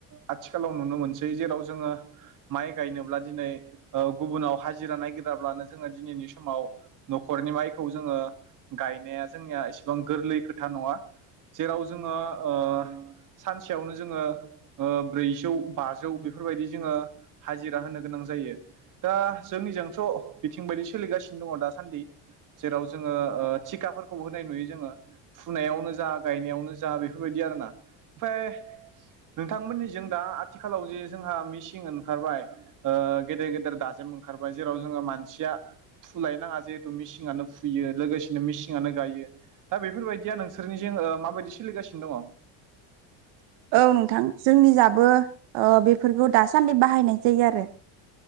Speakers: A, on the right; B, on the right.
A: आथिखालाव नुनो मोनसै जेराव जोङो माइ गायनोब्ला दिनै गुबुनाव हाजिरा नागिराब्लानो जोङो दिनैनि समाव न'खरनि माइखौ जोङो गायनाया जोंनिया एसेबां गोरलै खोथा नङा। जेराव जोङो ओ सानसेयावनो जोङो ब्रैजौ बाजौ बेफोरबादि जोङो ओ हाजिरा होनो गोनां जायो दा जोंनिजोंथ' बिथिं बायदि सोलिगासिनो दङ दा सान्दि जेराव जोङो ओ तिखाफोरखौ होनाय नुयो जोङो। फुनायावनो जा गायनायावनो जा बेफोरबादि आरो ना ओमफ्राय नोंथांमोननिजों दा आथिखालाव जे जोंहा मिसिं ओंखारबाय। गेदेर गेदेर दाजेम ओंखारबाय जेराव जोङो मानसिया फुलायनाङा। जिहेतु मेसिननो फुयो लोगोसेनो मेसिननानो गायो। दा बेफोरबादिया नोंसोरनि ओ माबायदि सोलिगासिनो दङ?
B: औ नोंथां जोंनि जाबो बेफोरखौ दासान्दि बाहायनाय जायो आरो।